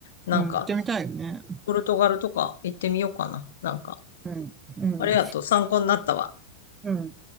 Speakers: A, on the left; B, on the right.
A: なんか、
B: うん、行ってみたいよね。
A: ポルトガルとか行ってみようかな。なんか、
B: うん、うん、
A: ありがとう。参考になったわ。
B: うん。